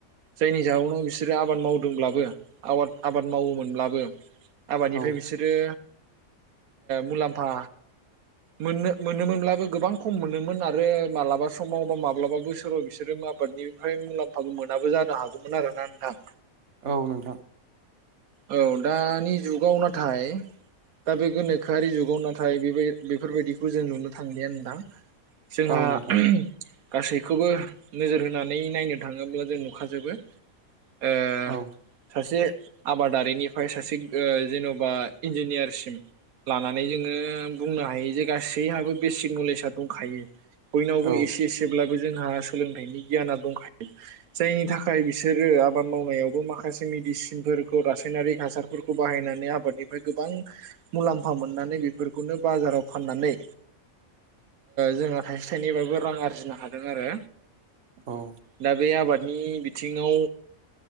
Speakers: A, on the right (about 85°); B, on the right (about 60°).
A: जायनि जावनाव बि सोर आबाद मावदोंब्लाबो आबाद आबाद मावोमोनब्लाबो आबादनिफ्राय
B: औ
A: बिसोरो मुलाम्फा मोननो मोनोमोनब्लाबो गोबां खम मोनोमोन आरो मालाबा समाव बा माब्लाबा बोसोराव बिसोरो आबादनिफ्राय मुलाम्फाबो मोनाबो जानो हागौमोन आरोना नोंथां
B: औ नोंथां
A: औ दानि जुगाव नाथाय दा बे गोनोखोआरि जुगाव नाथाय बेबाय बेफोरबायदिखौ जों नुनो थांलिया नोंथां जोंहा
B: औ नोंथां
A: गासैखौबो नोजोर होनानै नायनो थाङोब्ला जों नुखाजोबो ओ
B: औ
A: सासे <inaudible> आबादारिनिफ्राय सासे जेन'बा इन्जिनियारसिम लानानै जोङो बुंनो हायो जे गासैहाबो बेसिक नलेजआ दंखायो बयनावबो
B: औ
A: एसे एसेब्लाबो जोंहा सोलोंथाइनि गियाना दंखायो जायनि थाखाय बिसोरो आबाद मावनायावबो माखासे मेडिसिनफोर रासायनारि हासारफोरखौ बाहायनानै आबादनिफ्राय गोबां मुलाम्फा मोननानै बेफोरखौनो बाजाराव फाननानै जोंहा थाइसे थाइनैबाबो रां आरजिनो हादों आरो
B: औ
A: दा बे आबादनि बिथिङाव